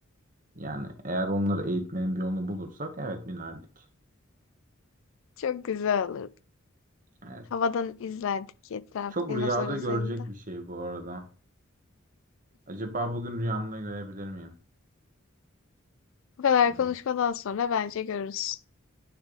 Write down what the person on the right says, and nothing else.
Yani eğer onları eğitmenin bir yolunu bulursak evet binerdik.
Evet.
Çok
rüyada
görecek bir şey bu arada. Acaba bugün rüyamda görebilir miyim?
Bunu